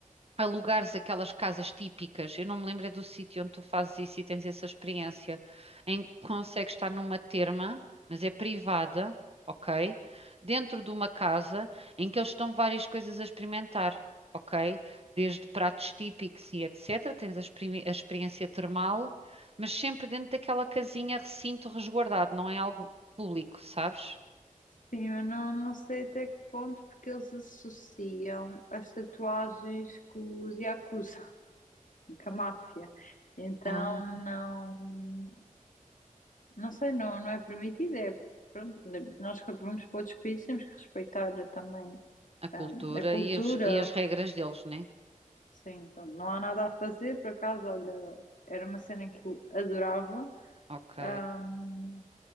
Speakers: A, on the right (about 45°); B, on the left (about 70°).
A: alugares aquelas casas típicas. Eu não me lembro é do sítio onde tu fazes isso e tens essa experiência, em que consegues estar numa terma, mas é privada, ok? Dentro de uma casa em que eles estão várias coisas a experimentar. Ok? Desde pratos típicos e etc. Tens a, exprimi- a experiência termal, mas sempre dentro daquela casinha, recinto resguardado, não é algo público, sabes?
B: sim, eu não, não sei até que ponto, porque eles associam as tatuagens com os Yakuza, <laughs> com a máfia. Então,
A: Ah,
B: não, não sei, não, não é permitido, é, pronto, nós quando vamos para outros países temos que respeitar também
A: a cultura
B: Ahm, a cultura,
A: e as, e as regras deles, né?
B: sim, pronto, não há nada a fazer, por acaso, olha, era uma cena que eu adorava,
A: Ok.
B: ahm,